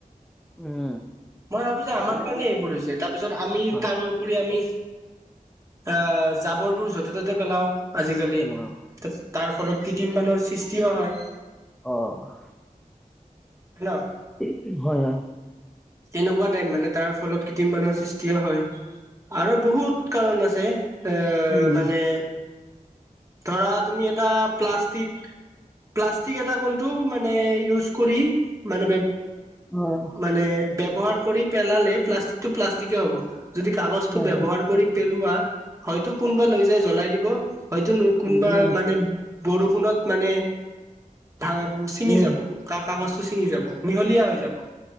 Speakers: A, in the centre; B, on the right.
A: উম,
B: মই ভাবো যে আমাৰ
A: মানে
B: কাৰণে এইবোৰ হৈছে তাত আমি
A: হয়
B: তাৰোউপৰি আমি আহ জাবৰবোৰ য'তে ত'তে পেলাও আজিকালি
A: তেনেকুৱা
B: তাৰ ফলত কৃত্ৰিম বানৰ সৃষ্টিও হয়
A: অঁ
B: হেল্ল
A: এইটো হয় হয়
B: এনেকুৱা টাইপ মানে তাৰ ফলত কৃত্ৰিম বানৰ সৃষ্টিও হয় আৰু বহুত কাৰণ আছে এ
A: উম,
B: মানে ধৰা তুমি এটা প্লাষ্টিক প্লাষ্টিক এটা কোনটো মানে ইউজ কৰি মানে
A: অ'।
B: মানে ব্যৱহাৰ কৰি পেলালে প্লাষ্টিকটো প্লাষ্টিকে হ'ব যদি কাগজটো
A: হয়
B: ব্যৱহাৰ
A: হয়
B: কৰি পেলোৱা হয়তো কোনোবা লৈ যাই জ্বলাই দিব হয়তো কোনোবা
A: উম
B: মানে বৰষুণত মানে ধা ছিঙি
A: উম
B: যাব কা কাগজটো ছিঙি যাব মিহলীয়া হৈ যাব